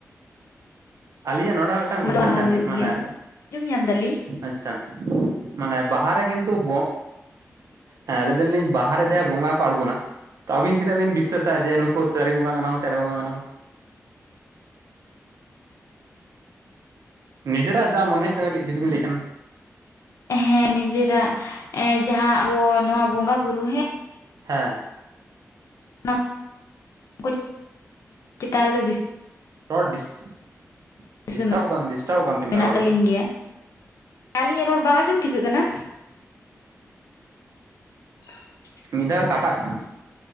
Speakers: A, on the right (about 80°); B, on the left (about 70°).
A: ᱟᱹᱞᱤᱧᱟᱜ ᱱᱚᱰᱮ ᱦᱚᱸ ᱢᱤᱫᱴᱟᱱ
B: ᱥᱮᱫ
A: ᱠᱚᱥᱪᱮᱱ
B: ᱵᱟᱦᱟ
A: ᱛᱟᱦᱮᱱ
B: ᱦᱩᱭᱩᱜ
A: ᱜᱮ ᱢᱟᱱᱮᱼᱼ
B: ᱜᱮᱭᱟ ᱟᱸᱡᱚᱢ ᱧᱟᱢ ᱫᱟᱞᱤᱧ
A: ᱟᱪᱪᱷᱟ ᱢᱟᱱᱮ ᱵᱟᱦᱟᱨᱮ ᱠᱤᱱᱛᱩ ᱵᱚᱼᱼ ᱦᱮᱸ ᱞᱟᱹᱭ ᱫᱟᱞᱤᱧ ᱵᱟᱦᱟ ᱨᱮ ᱡᱟᱦᱟᱸᱭ ᱵᱚᱸᱜᱟ ᱠᱚ ᱟᱬᱜᱚᱱᱟ, ᱛᱚ ᱟᱵᱤᱱ ᱛᱤᱱᱟᱜ ᱵᱤᱱ ᱵᱤᱥᱟᱹᱥᱟᱜᱼᱟ ᱡᱮ ᱱᱩᱠᱩ ᱥᱟᱹᱨᱤ ᱵᱚᱸᱜᱟ ᱠᱟᱱᱟ ᱠᱚ ᱥᱮ ᱮᱲᱮ ᱵᱚᱸᱜᱟ ᱠᱟᱱᱟ ᱠᱚ? ᱱᱤᱡᱮᱨᱟᱜ ᱡᱟ ᱢᱚᱱᱮ ᱦᱩᱭᱩᱜ ᱠᱟᱱᱟ ᱠᱟᱹᱴᱤᱡ ᱡᱩᱫᱤ ᱵᱤᱱ ᱞᱟᱹᱭ ᱠᱷᱟᱱ?
B: ᱦᱮᱸ ᱱᱤᱡᱮᱨᱟᱜ ᱡᱟᱦᱟᱸ ᱟᱵᱚ ᱱᱚᱣᱟ ᱵᱚᱸᱜᱟ ᱵᱩᱨᱩ ᱦᱮᱸᱼᱼ
A: ᱦᱮᱸ,
B: ᱱᱟ ᱠᱩ ᱪᱮᱛᱟᱱ ᱨᱮᱫᱚ ᱵᱤᱥᱟᱥᱼᱼ
A: ᱨᱲ ᱰᱤᱥᱴᱟᱵ
B: ᱵᱤᱥᱮᱥ
A: ᱰᱤᱥᱴᱟᱵ
B: ᱫᱚ
A: ᱟᱠᱟᱱ ᱰᱤᱥᱴᱟᱵ ᱠᱟᱱ ᱛᱟᱹᱵᱤᱱᱟ
B: ᱢᱮᱱᱟᱜ
A: ᱨᱟᱲ
B: ᱛᱟᱹᱞᱤᱧ
A: ᱠᱟᱹᱴᱤᱡ?
B: ᱜᱮᱭᱟ ᱟᱹᱞᱤᱧᱟᱜ ᱨᱚᱲ ᱵᱟᱝ ᱟᱡᱚᱢ ᱴᱷᱤᱠᱟᱹᱜ ᱠᱟᱱᱟ? <inaudible>
A: ᱢᱤᱫ ᱫᱷᱟᱣ ᱫᱚ ᱠᱟᱴᱟᱜ ᱠᱟᱱᱟ